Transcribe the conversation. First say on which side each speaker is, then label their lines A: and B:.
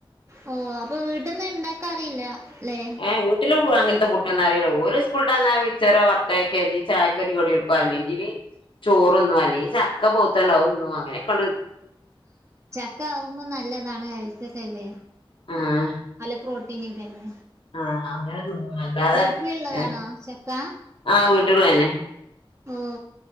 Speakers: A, on the right; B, on the left.
A: ഓ അപ്പൊ വീട്ടിൽന്ന് ഉണ്ടാക്കാറില്ല അല്ലെ
B: ഏഹ് വീട്ടിലും ഉണ്ടോ അങ്ങനത്തെ ഫുഡ്‌ ന്ന അറിയില്ല ഓര് സ്കൂൾട്ടന്നാ മിച്ചറോ വർത്തയ്ക്കെ അല്ലെങ്കി ചായക്കരു കടി കൊട്ക്കും അല്ലെങ്കി ല്ലങ്കി ചോറ്ന്നും അല്ലെങ്കിൽ ചക്ക പോത്തൊണ്ടാവും ഒന്നും അങ്ങനെ കണ്ട്
A: ച്ചക്ക ആവുമ്പോ നല്ലതാണ് ഹെൽത്തൊക്കെല്ലേ
B: ആഹ്
A: നല്ല പ്രോട്ടീനൊക്കെല്ലേ
B: ആഹ് അങ്ങനെ തിന്നും അല്ലാതെ
A: വീട്ടിലുള്ളതാണോ
B: ഏഹ്
A: ചക്ക
B: ആ വീട്ടുള്ള തന്നെ
A: ഓ